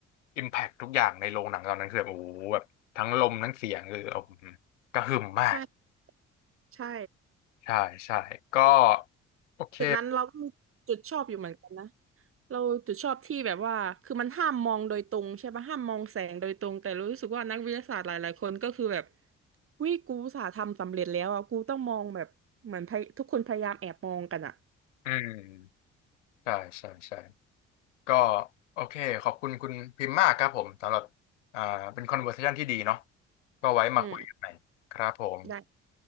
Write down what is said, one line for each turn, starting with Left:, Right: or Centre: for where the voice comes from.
Left: impact ทุกอย่างในโรงหนังตอนนั้นคือแบบโอ้โหแบบทั้งลมทั้งเสียงคือโอ้โหกระหึ่มมาก
Right: ใช่ใช่
Left: ใช่ใช่ก็โอเค
Right: จุดนั้นเราก็มีจุดชอบอยู่เหมือนกันนะเราจุดชอบที่แบบว่าคือมันห้ามมองโดยตรงใช่ปะห้ามมองแสงโดยตรงแต่รู้สึกว่านักวิทยาศาสตร์หลายๆคนก็คือแบบวิกูอุตสาห์ทำสำเร็จแล้วอ่ะกูต้องมองแบบเหมือนพยทุกคนพยายามแอบมองกันอ่ะ
Left: อืมใช่ใช่ใช่ก็โอเคขอบคุณคุณพิมพ์มากครับผมสำหรับอ่าเป็นคอนเวอร์เซชันที่ดีเนาะก็ไว้มาคุยกันใหม่ครับผม
Right: อืมได้